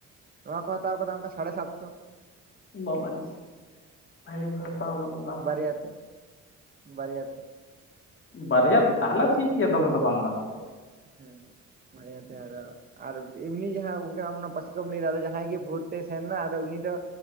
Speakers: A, on the right; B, on the left.
A: ᱱᱚᱣᱟ ᱠᱚ ᱦᱟᱛᱟᱣ ᱠᱟᱫᱟ ᱚᱱᱠᱟ ᱥᱟᱲᱮ ᱥᱟᱛᱥᱚ ᱾
B: ᱜᱚ ᱯᱟᱹᱨᱤᱥ ᱵᱷᱮᱨᱤ ᱜᱩᱰ ᱾ <unintelligible>
A: ᱵᱟᱨᱭᱟ ᱛᱮ <inaudible> ᱵᱟᱨᱭᱟ ᱛᱮ᱾
B: ᱵᱟᱨᱭᱟ <unintelligible> ᱛᱟᱦᱚᱞᱮ ᱴᱷᱤᱠ ᱜᱮᱭᱟ ᱫᱚᱢᱮ ᱫᱚ ᱵᱟᱝ ᱫᱟᱢᱟᱛᱚ ᱾
A: ᱦᱮᱸ <unintelligible> ᱟᱨ ᱮᱢᱱᱤ ᱡᱟᱦᱟᱸ ᱜᱚᱢᱠᱮ ᱟᱢ ᱚᱱᱟ ᱯᱟᱥᱤ ᱠᱚᱢ ᱞᱟᱹᱭᱫᱟ ᱟᱫᱚ ᱡᱟᱦᱟᱸᱭ ᱜᱮ ᱵᱷᱳᱨ ᱛᱮᱭ ᱥᱮᱱ ᱮᱱᱟ ᱟᱫᱚ ᱩᱱᱤ ᱫᱚ